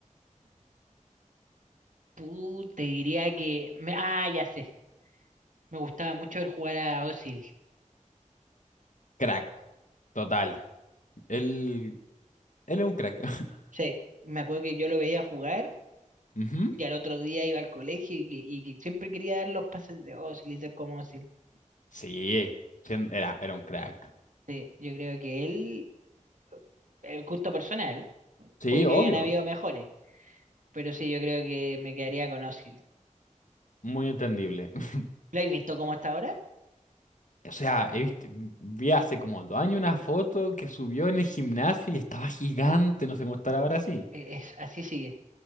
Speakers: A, on the right (about 70°); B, on the left (about 70°).
A: Puta, te diría que. me- ah, ya sé. Me gustaba mucho ver jugar a Özil.
B: crack, total. Él, él es un crack. <laughs>
A: Sí, me acuerdo que yo lo veía jugar
B: Ujú.
A: y al otro día iba al colegio y que, y que siempre quería dar los pases de Özil y ser como Özil.
B: Sí, sí, era, era un crack.
A: Sí, yo creo que él, eh, el gusto personal,
B: Sí,
A: puede que
B: obvio,
A: hayan habido mejores, pero sí, yo creo que me quedaría con Özil.
B: muy entendible. <laughs>
A: ¿Lo habéis visto cómo está ahora?
B: O sea, he visto, vi hace como dos años una foto que subió en el gimnasio y estaba gigante, no sé cómo estará ahora sí.
A: E- Es, así sigue.